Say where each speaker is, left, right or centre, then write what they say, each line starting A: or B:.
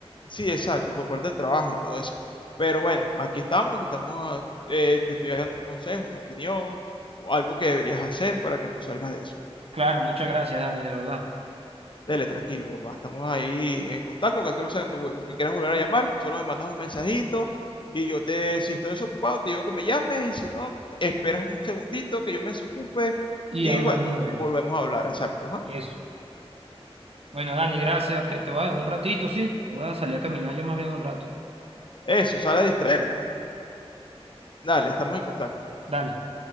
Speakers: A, on the left; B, on the right.
A: Sí, exacto, por parte del trabajo y todo eso. Pero bueno, aquí estamos, te estamos, ah, eh, te estoy dando un consejo, una opinión, o algo que deberías hacer para que tú salgas de eso.
B: Claro, muchas gracias, Dani, de verdad.
A: Dele, tranquilo, papá, estamos ahí en contacto, cualquier cosa que me, vuel- que quieras volver a llamar, solo me mandas un mensajito y yo te, si estoy desocupado, te digo que me llames y si no, esperas un segundito que yo me desocupe
B: Y
A: y
B: hablamos
A: bueno,
B: luego.
A: volvemos a hablar, exacto. ajá.
B: Eso. Bueno, Dani, gracias. Te, te voy a dar un ratito, ¿sí? Voy a salir a caminar yo más bien un rato.
A: Eso, sale a distraerte. Dale, estamos en contacto.
B: Dale.